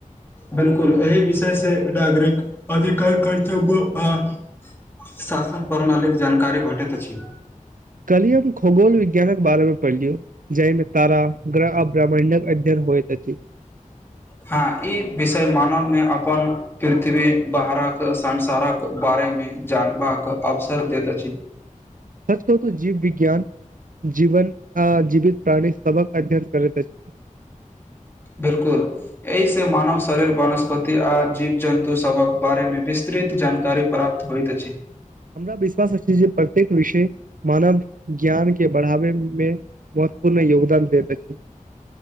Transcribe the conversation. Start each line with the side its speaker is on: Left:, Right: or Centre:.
Left: बिलकुल एहि विषय से नागरिक अधिकार कर्तव्य आ -शासन प्रणाली जानकारी भेटैत अछि।
Right: कलियम खगोल विज्ञानक बारेमे पढ़लिय जाहिमे तारा ग्रह आ ब्राम्मण्डक अध्ययन होइत अछि। <unintelligible>
Left: हँ ई विषय मानवमे अपन पृथ्वी बाहरक संसारक बारेमे जानबाक अवसर दैत अछि। <unintelligible>
Right: सच कहू त जीव विज्ञान जीवन आ जीवित प्राणी सबक अध्ययन करैत छै। <unintelligible>
Left: बिलकुल एहिसँ मानव शरीर वनस्पति आ जीव जन्तु सभक बारेमे विस्तृत जानकारी प्राप्त होइत अछि। <unintelligible>
Right: हमरा विश्वास अछि जे प्रत्येक विषय मानव ज्ञान के बढ़ाबैमे महत्वपूर्ण योगदान दैत अछि। <unintelligible>